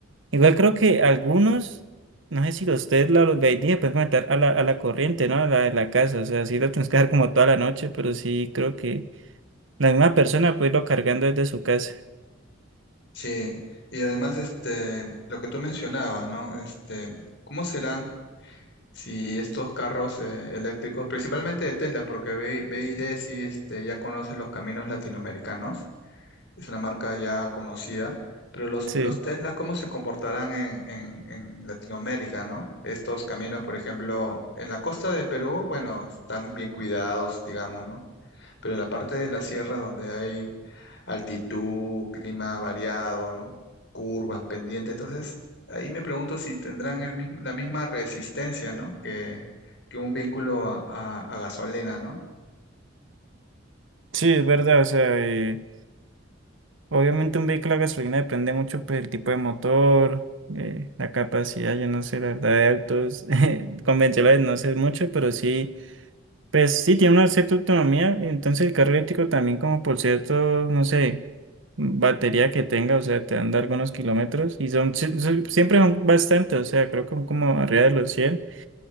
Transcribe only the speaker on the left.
Sí, y además este, lo que tú mencionabas, ¿no? Este, ¿cómo serán si estos carros eh, eléctricos, principalmente de Tesla, porque B- BYD sí este, ya conoce los caminos latinoamericanos, es una marca ya conocida, pero los,
los Tesla, ¿cómo se comportarán en, en- en Latinoamérica, ¿no? Estos caminos, por ejemplo, en la costa de Perú, bueno, están bien cuidados, digamos, ¿no? Pero en la parte de la sierra donde hay altitud, clima variado, ¿no? Curvas, pendientes, entonces ahí me pregunto si tendrán el mismo- la misma resistencia, ¿no? Que, que un vehículo a, a- a gasolina, ¿no?